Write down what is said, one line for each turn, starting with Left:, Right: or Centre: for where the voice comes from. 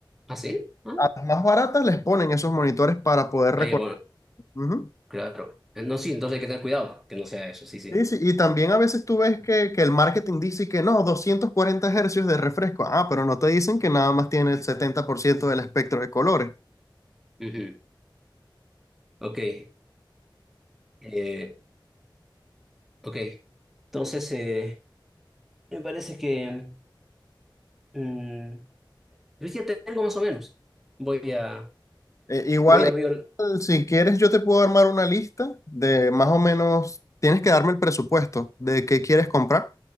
Centre: ¿Ah, sí? Ah,
Left: A las más baratas les ponen esos monitores para poder recordar.
Centre: ah, ya, bueno,
Left: Ujú.
Centre: claro. Eh, No, sí, entonces hay que tener cuidado que no sea eso, sí, sí.
Left: Sí, sí, Y también a veces tú ves que, que el marketing dice que no, 240 hercios de refresco. Ah, pero no te dicen que nada más tiene el 70% del espectro de colores.
Centre: Ujú. Ok. Eh, Ok, entonces eh, me parece que mm, pues ya tengo más o menos. Voy a,
Left: Eh, igual,
Centre: voy a ver.
Left: igual, si quieres, yo te puedo armar una lista de más o menos, tienes que darme el presupuesto de qué quieres comprar